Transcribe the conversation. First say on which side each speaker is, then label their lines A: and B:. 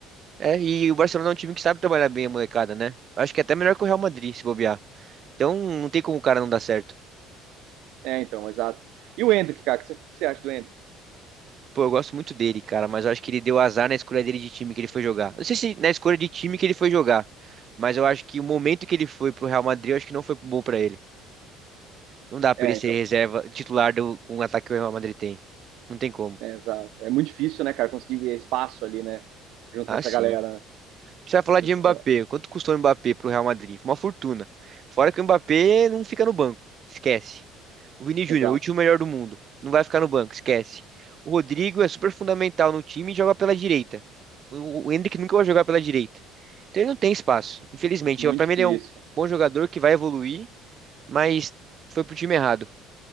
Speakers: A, on the right (about 40°); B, on the right (about 70°).
A: É, e o Barcelona é um time que sabe trabalhar bem a molecada, né? Acho que é até melhor que o Real Madrid, se bobear. Então não tem como o cara não dar certo.
B: É, então, exato. E o Endrick, cara, o que você, que você acha do Endrick?
A: Pô, eu gosto muito dele, cara, mas eu acho que ele deu azar na escolha dele de time que ele foi jogar. Não sei se na escolha de time que ele foi jogar, mas eu acho que o momento que ele foi pro Real Madrid, eu acho que não foi bom pra ele. Não dá pra
B: É,
A: ele ser
B: então,
A: reserva titular do, com o ataque que o Real Madrid tem. Não tem como.
B: é, exato. É muito difícil, né, cara, conseguir espaço ali, né, junto
A: Ah,
B: com essa
A: sim.
B: galera, né?
A: Precisa falar
B: Então,
A: de Mbappé. Quanto custou o Mbappé pro Real Madrid? Foi uma fortuna. Fora que o Mbappé não fica no banco. Esquece. O Vini Júnior,
B: exato.
A: o último melhor do mundo. Não vai ficar no banco. Esquece. O Rodrigo é super fundamental no time e joga pela direita. O, o Endrick nunca vai jogar pela direita. Então ele não tem espaço. Infelizmente,
B: Muito
A: pra
B: difícil,
A: mim ele é um
B: cara.
A: bom jogador que vai evoluir, mas foi pro time errado.